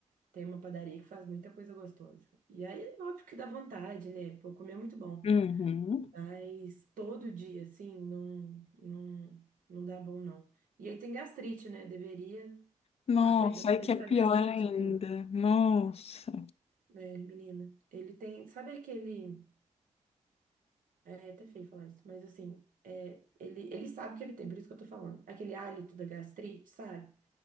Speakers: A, on the right; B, on the left.
A: tem uma padaria que faz muita coisa gostosa. E aí, é óbvio que dá vontade, né? Pô, comer é muito bom.
B: Uhum.
A: Mas todo dia, assim, não, não, não dá bom, não. E ele tem gastrite, né? Deveria
B: Nossa,
A: estar cuidando
B: aí
A: dessa
B: que é pior
A: gastrite
B: ainda.
A: dele,
B: Nossa,
A: né, menina. Ele tem, sabe aquele. É é até feio falar isso, mas assim, é, ele, ele sabe que ele tem, por isso que eu tô falando. Aquele hálito da gastrite, sabe?